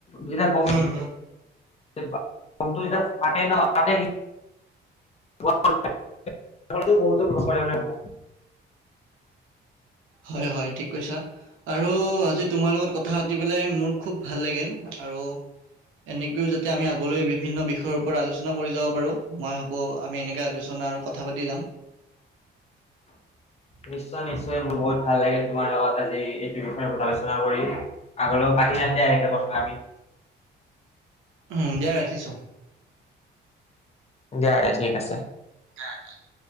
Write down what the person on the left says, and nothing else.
যেতিয়া ব'ম,
ব'মটো যেতিয়া ফাটে ন <unintelligible>
নিশ্চয়, নিশ্চয় মোৰ বহুত ভাল লাগিল তোমাৰ লগত আজি এইটো বিষয়ৰ লগত আলোচনা কৰি। আগলৈও পাতি যাম দিয়া এনেকে কথা আমি।
দিয়া ঠিক আছে।